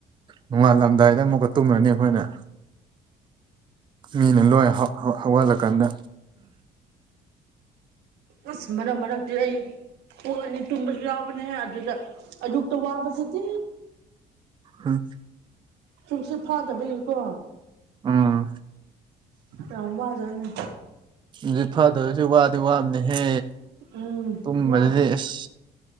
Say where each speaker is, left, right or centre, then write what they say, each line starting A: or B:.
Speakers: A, on the right; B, on the right.
A: ꯅꯣꯡꯉꯥꯜꯂꯝꯗꯥꯏꯗ ꯑꯃꯨꯛꯀ ꯇꯨꯝꯒ꯭ꯔꯅꯤ ꯑꯩꯈꯣꯏꯅ ꯃꯤꯅ ꯂꯣꯏ ꯍꯧ ꯍꯧꯒꯠꯂꯀꯥꯟꯗ
B: ꯄꯨꯁ ꯃꯅ ꯃꯅꯥ ꯑꯩ ꯄꯨꯡ ꯑꯅꯤ ꯇꯨꯝꯕꯁꯨ ꯌꯥꯎꯕꯅꯦꯍꯦ ꯑꯗꯨꯗ ꯑꯌꯨꯛꯇ ꯋꯥꯕꯁꯤꯗꯤ
A: ꯑꯝ
B: ꯇꯨꯝꯁꯤꯠ ꯐꯥꯗꯕꯒꯤꯀꯣ
A: ꯎꯝ
B: ꯌꯥꯝ ꯋꯥꯖꯅꯤ
A: ꯇꯨꯝꯁꯤꯠ ꯐꯥꯗꯕꯖꯤ ꯋꯥꯗꯤ ꯋꯥꯕꯅꯦꯍꯦ
B: ꯎꯝ
A: ꯇꯨꯝꯕꯗꯗꯤ
B: ꯋꯥ
A: ꯑꯦꯁ